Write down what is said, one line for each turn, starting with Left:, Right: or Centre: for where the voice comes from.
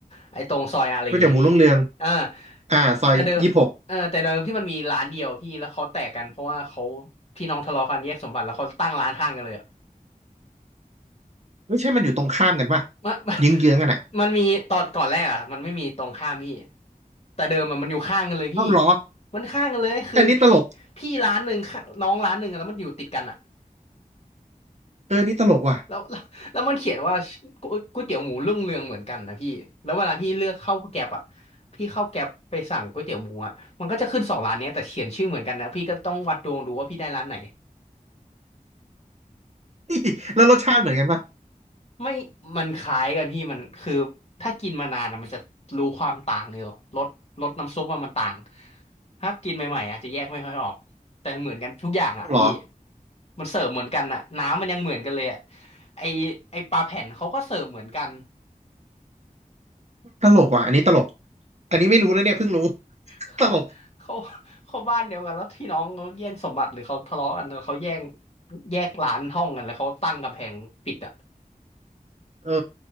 Left: ไอ้ตรงซอยอารีย์อะพี่
Right: ก๋วยเตี๋ยวหมูรุ่งเรือง
Left: เอ่า
Right: อ่าซอยยี่สิบหก
Left: แต่เดิมเออแต่เดิมที่มันมีร้านเดียวพี่แล้วเขาแตกกันเพราะว่าเขาพี่น้องทะเลาะกันแยกสมบัติแล้วเขาตั้งร้านข้างกันเลยอะ
Right: ไม่ใช่มันอยู่ตรงข้ามกันป่ะ
Left: มัน <laughs> มัน
Right: เยื้องเยื้องกันอ่ะ
Left: มันมีตอนก่อนแรกอ่ะมันไม่มีตรงข้ามพี่แต่เดิมอะมันอยู่ข้างกันเลยพี่
Right: เอ้าเหรอ
Left: มันข้างกันเลยคือพี่พี่ร้านหนึ่งข้างน้องร้านหนึ่งอะแล้วมันอยู่ติดกันอ่ะ
Right: อันนี้ตลกเออนี่ตลกว่ะ
Left: แล้วแล้วแล้วมันเขียนว่าก๋วยก๋วยเตี๋ยวหมูรุ่งเรืองเหมือนกันนะพี่แล้วเวลาพี่เลือกเข้าแกร็ปอ่ะพี่เข้าแกร็บไปสั่งก๋วยเตี๋ยวหมูอ่ะมันก็จะขึ้นสองร้านเนี้ยแต่เขียนชื่อเหมือนกันนะพี่ก็ต้องวัดดวงดูว่าพี่ได้ร้านไหน
Right: <laughs> แล้วรสชาติเหมือนกันป่ะ
Left: ไม่มันคล้ายกันพี่มันคือถ้ากินมานานอะมันจะรู้ความต่างอยู่รสรสน้ำซุปมันมันต่างถ้ากินใหม่ๆอาจจะแยกไม่ค่อยออกแต่เหมือนกันทุกอย่างอ่ะพี่
Right: เหรอ
Left: มันเสิร์ฟเหมือนกันอ่ะน้ำมันยังเหมือนกันเลยอ่ะไอไอปลาแผ่นเขาก็เสิร์ฟเหมือนกัน
Right: ตลกว่ะอันนี้ตลกอันนี้ไม่รู้นะเนี่ยเพิ่งรู้ <laughs>
Left: เขา
Right: ตลก
Left: เขาเขาบ้านเดียวกันแล้วพี่น้องเขาแย่งสมบัติหรือเขาทะเลาะกันเนอะเขาแย่งแยกร้านห้องกันแล้วเขาตั้งกำแพงปิดอ่ะ
Right: เออ